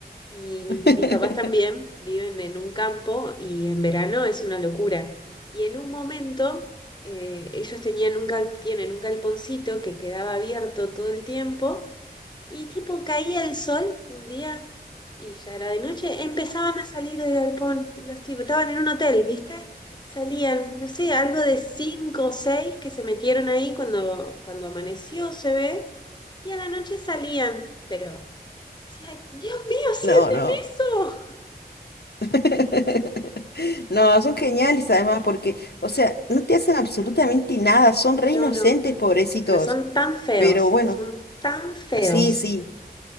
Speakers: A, on the left (about 25°); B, on the left (about 80°).
A: Y mis,
B: <laughs>
A: mis papás también viven en un campo y en verano es una locura. Y en un momento eh, ellos tenían un gal- tienen un galponcito que quedaba abierto todo el tiempo y tipo caía el sol un día y ya era de noche, empezaban a salir del galpón los tipos, estaban en un hotel, ¿viste? Salían, no sé, algo de cinco o seis que se metieron ahí cuando, cuando amaneció, se ve, y a la noche salían, pero, decía, Dios mío, cierren
B: No, no.
A: eso.
B: <laughs> No, son geniales además porque, o sea, no te hacen absolutamente nada, son re
A: No,
B: inocentes,
A: no,
B: pobrecitos.
A: pero son tan feos,
B: Pero bueno,
A: son tan feos.
B: sí, sí,